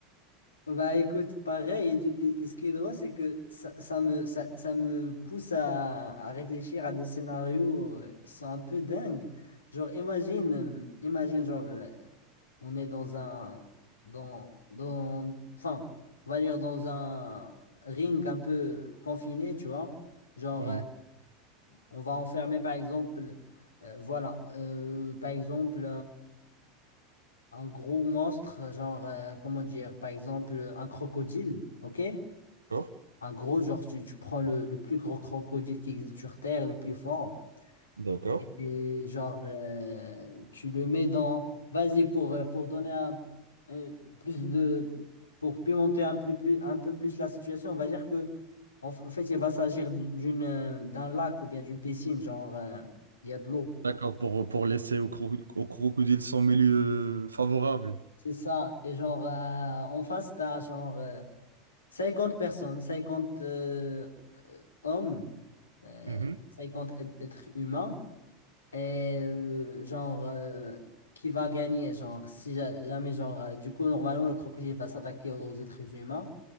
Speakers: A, on the left; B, on the right.
A: Bah écoute, pareil, et, du- et- et ce qui est drôle, c'est que ça, ça me, ça, ça me pousse à, à réfléchir à des scénarios euh, qui sont un peu dingues. Genre, imagine, euh, imagine, genre, euh, on est dans un, dans, dans, enfin, on va dire dans un ring un peu confiné, tu vois. Genre,
B: Mhm.
A: euh, on va enfermer, par exemple, euh, voilà, euh, par exemple, un gros monstre, genre, euh, comment dire, par exemple, un crocodile, ok?
B: D'accord.
A: Un gros, genre, tu, tu prends le, le plus gros crocodile qui existe sur Terre, le plus fort,
B: D'accord.
A: et genre, euh, tu le mets dans. Vas-y, pour, euh, pour donner un, euh, plus de. Pour pimenter un, plus, plus, un peu plus la situation, on va dire que, en, f- en fait, il va s'agir d'- d'une, euh, d'un lac ou bien d'une piscine, genre, euh, il y a de l'eau.
B: D'accord, pour, pour laisser au, cro- au crocodile son milieu favorable.
A: C'est ça. Et genre, euh, en face, t'as genre. euh, 50 personnes, 50 euh, hommes, euh,
B: Mhm.
A: 50 êt- êtres humains, et euh, genre, euh, qui va gagner, genre, si ja- jamais, genre, euh, du coup, normalement, le crocodile va s'attaquer aux êtres humains,